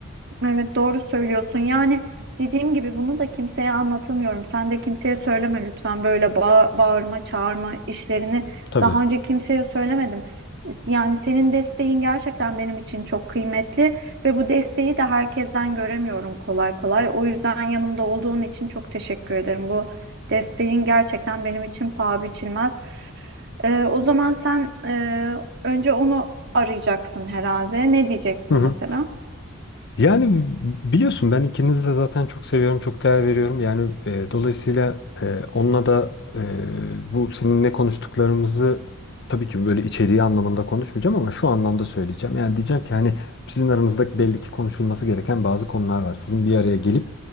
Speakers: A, on the right (about 55°); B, on the left (about 55°).
A: Evet doğru söylüyorsun. Yani dediğim gibi bunu da kimseye anlatamıyorum. Sen de kimseye söyleme lütfen böyle bağ- bağırma, çağırma işlerini
B: Tabii.
A: daha önce kimseye söylemedim. Yani senin desteğin gerçekten benim için çok kıymetli ve bu desteği de herkesten göremiyorum kolay kolay. O yüzden yanımda olduğun için çok teşekkür ederim. Bu desteğin gerçekten benim için paha biçilmez. Ee, o zaman sen e, önce onu arayacaksın herhalde. Ne diyeceksin
B: Hı hı.
A: mesela?
B: Yani biliyorsun ben ikinizi de zaten çok seviyorum, çok değer veriyorum. Yani e, dolayısıyla e, onunla da e, bu seninle konuştuklarımızı tabii ki böyle içeriği anlamında konuşmayacağım ama şu anlamda söyleyeceğim. Yani diyeceğim ki hani sizin aranızda belli ki konuşulması gereken bazı konular var. Sizin bir araya gelip